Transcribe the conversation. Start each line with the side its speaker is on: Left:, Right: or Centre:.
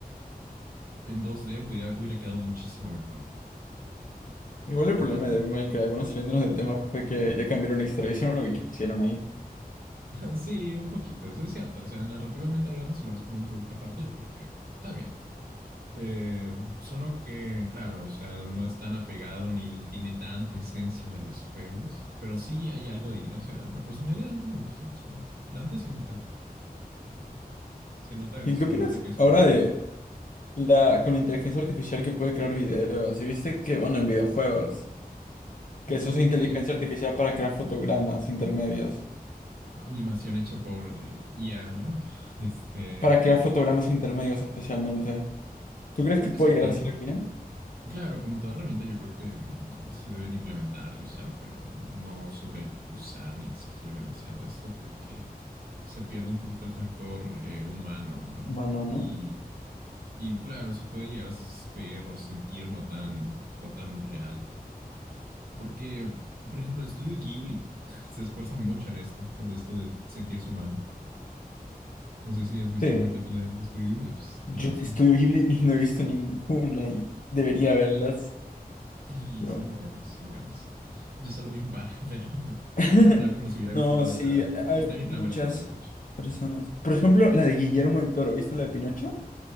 Right: En dos d hubiera, hubiera quedado muchísimo mejor,
Left: Igual el
Right: totalmente.
Left: problema de Devil May
Right: <laughs>
Left: Cry, bueno, saliéndonos del tema, fue que le cambiaron la historia, hicieron lo que quisieron ahí.
Right: Sí, un poquito, es cierto. O sea, narrativamente hablando, si lo ves como un producto aparte, yo creo que está bien. Eh, solo que, claro, o sea, no es tan apegado ni tiene tanta esencia de los juegos, pero sí hay algo de ahí. O sea, la personalidad de Dante me gustó. O sea, Dante sí me encantó. Se nota,
Left: ¿Y
Right: se
Left: qué opinas
Right: nota que es juguetón.
Left: ahora de la con la inteligencia artificial que puede crear videos? Y viste que, bueno, en videojuegos, que se
Right: Ok,
Left: usa inteligencia artificial para crear fotogramas intermedios,
Right: animación hecha por IA, ¿no? Este,
Left: para crear fotogramas intermedios especialmente. ¿Tú
Right: Yo
Left: crees
Right: creo
Left: que
Right: que
Left: puede
Right: se pueden.
Left: llegar a salir bien?
Right: Claro, como toda herramienta, yo creo que mm, se deben implementar y usar, pero no sobre usar ni exigir demasiado esto porque se pierde un poquito el factor eh, humano, ¿no?
Left: Bueno,
Right: Y,
Left: ¿no?
Right: y claro, se puede llegar a ver o sentir no tan, no tan real. Porque, por ejemplo, el estudio Ghibli <laughs> se esfuerza mucho en esto, en esto de sentirse humano. No sé si has visto
Left: Sí.
Right: una que otra del estudio Ghibli, pues
Left: Yo
Right: la hacen
Left: estudio
Right: así.
Left: Ghibli y no he visto ninguna y debería verlas.
Right: Sí,
Left: pero
Right: son buenas, son buenas. Yo solo vi un par, <laughs> pero <laughs>
Left: <laughs>
Right: habla como si hubiera
Left: No,
Right: visto todas,
Left: sí,
Right: pero
Left: hay
Right: está en
Left: muchas
Right: mi plan ver todas, de hecho.
Left: personas. Por ejemplo, la de Guillermo el Toro, ¿viste la de Pinocho?